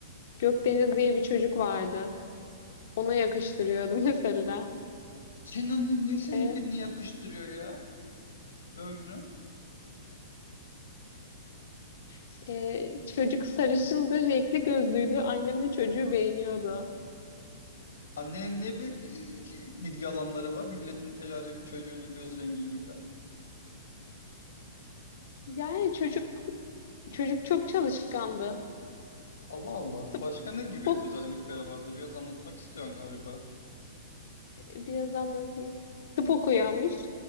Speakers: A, on the left (about 60°); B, on the left (about 80°).
A: Gökdeniz diye bir çocuk vardı. Ona yakıştırıyordu <laughs> mesela.
B: Senin annen niye seni
A: E,
B: birine yakıştırıyor ya ömrü?
A: <laughs> e, çocuk sarışındı, renkli gözlüydü. Annem de çocuğu beğeniyordu.
B: Annenin niye böyle e, ki- ilgi alanları var? Milletin el alemin çocuğunun göz rengi gibi.
A: Yani çocuk çocuk çok çalışkandı.
B: Allah Allah.
A: Tıp,
B: Başka ne gibi
A: tıp ok,
B: özellikleri vardı? Biraz anlatmak istiyorsun galiba.
A: biraz anlatayım. Tıp okuyormuş.